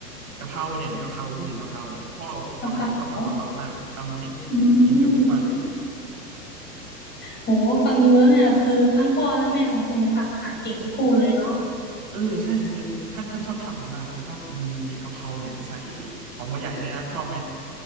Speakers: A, on the right; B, on the left.
A: กะเพราเนี่ยกะเพราพูดถึงกะเพราพ่อพ่อผมชอบทำกะเพรามากทำมาให้
B: สะพานเหรออืม
A: กินกับทุกวันเลย
B: โหฟังดูแล้วเนี่ยคือทั้งพ่อและแม่ของคุณเนี่ยทำอาหารเก่งทั้งคู่เลยเนาะ
A: เออใช่คือท่านท่านชอบทำกันมากแล้วก็มีกะเพราเนี่ยจะใส่หอมหัวใหญ่ด้วยนะชอบไหม